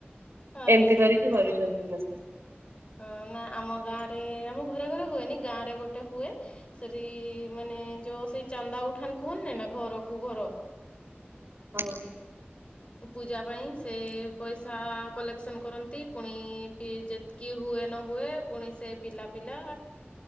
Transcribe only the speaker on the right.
ଏମିତି କରିକି କରୁଛନ୍ତି
ସମସ୍ତେ।
ହଁ <inaudible>